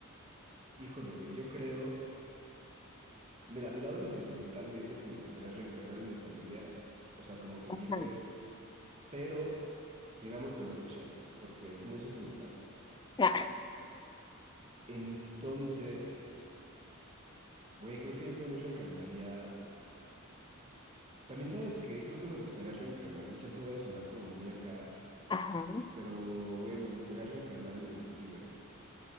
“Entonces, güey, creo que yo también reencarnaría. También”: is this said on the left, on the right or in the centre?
Right